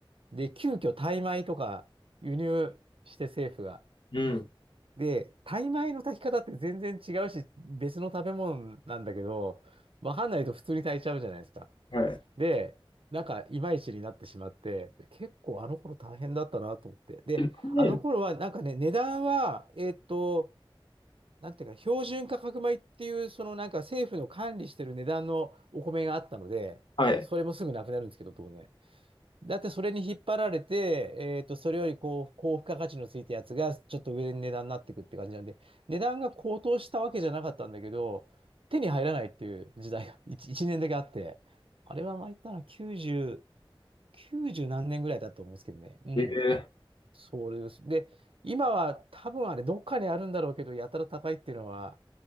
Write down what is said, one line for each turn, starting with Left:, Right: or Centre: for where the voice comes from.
Right: で、急遽タイ米とか輸入して政府が。
Left: うん。
Right: で、タイ米の炊き方って全然違うし、別の食べ物なんだけど、わかんないと普通に炊いちゃうじゃないですか。
Left: はい。
Right: で、なんか、いまいちになってしまって、結構あの頃大変だったなと思って。で、
Left: でなんで
Right: あの頃は、なんかね、値段は、えっと、なんていうか、標準価格米っていう、そのなんか政府の管理してる値段のお米があったので、
Left: はい。
Right: それもすぐなくなるんですけど、当然。だってそれに引っ張られて、えっと、それよりこう、高付加価値のついたやつが、ちょっと上で値段になってくって感じなんで、値段が高騰したわけじゃなかったんだけど、手に入らないっていう時代が <laughs> 1、一年だけあって、あれはまあ言ったら90、9十何年ぐらいだと思うんですけどね。うん。
Left: えー
Right: そうです。で、今は多分あれ、どっかにあるんだろうけど、やたら高いっていうのは、